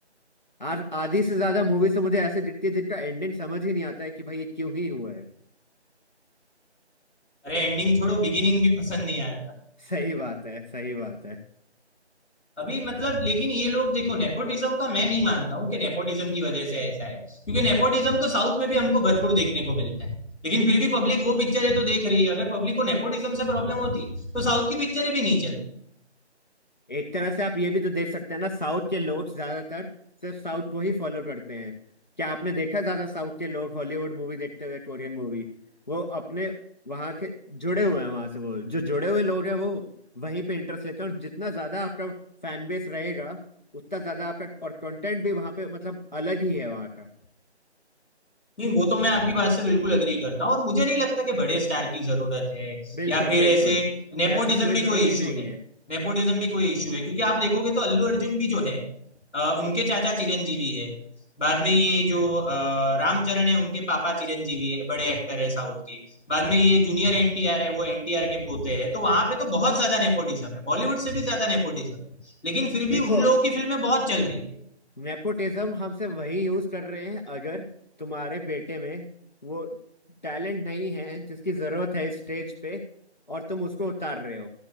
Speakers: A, on the left; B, in the centre.
A: आज आधी से ज्यादा मूवी से मुझे ऐसे दिखती है जिनका एंडिंग समझ ही नहीं आता है कि भाई ये क्यों ही हुआ है
B: अरे एंडिंग छोड़ो बिगिनिंग भी पसंद नहीं आया था
A: सही बात है सही बात है
B: अभी मतलब लेकिन ये लोग देखो नेपोटिज्म का मैं नहीं मानता हूँ कि नेपोटिज्म की वजह से ऐसा है क्योंकि नेपोटिज्म तो साउथ में भी हमको भरपूर देखने को मिलता है लेकिन फिर भी पब्लिक वो पिक्चरें तो देख रही है अगर पब्लिक को नेपोटिज्म से प्रॉब्लम होती तो साउथ की पिक्चरें भी नहीं चलती
A: एक तरह से आप ये भी तो देख सकते हैं ना साउथ के लोग ज्यादातर सिर्फ साउथ को ही फॉलो करते हैं क्या आपने देखा ज्यादा साउथ के लोग हॉलीवुड मूवी देखते हुए कोरियन मूवी वो अपने वहां के जुड़े हुए हैं वहां से वो जो जुड़े हुए लोग हैं वो वहीं पे इंटरेस्ट लेते हैं और जितना ज्यादा आपका फैन बेस रहेगा उतना ज्यादा आपका और कंटेंट भी वहां पे मतलब अलग ही है वहां का
B: नहीं वो तो मैं आपकी बात से बिल्कुल अग्री करता हूँ और मुझे नहीं लगता कि बड़े स्टार की जरूरत है
A: बिल्कुल
B: या फिर
A: बिल्कुल
B: ऐसे नेपोटिज्म
A: ऐसा कोई
B: भी
A: जरूरत
B: कोई इशू
A: ही नहीं
B: है
A: है
B: नेपोटिज्म भी कोई इशू है क्योंकि आप देखोगे तो अल्लू अर्जुन भी जो है अ, उनके चाचा चिरंजीवी है बाद में ये जो अ, रामचरण है उनके पापा चिरंजीवी है बड़े एक्टर है साउथ के बाद में ये जूनियर एनटीआर है वो एनटीआर के पोते हैं तो वहां पे तो बहुत ज्यादा नेपोटिज्म है बॉलीवुड से भी ज्यादा नेपोटिज्म है लेकिन फिर
A: देखो
B: भी उन लोगों की फिल्में बहुत चल रही
A: नेपोटिज्म हमसे वही यूज कर रहे हैं अगर तुम्हारे बेटे में वो टैलेंट नहीं है जिसकी जरूरत है स्टेज पे और तुम उसको उतार रहे हो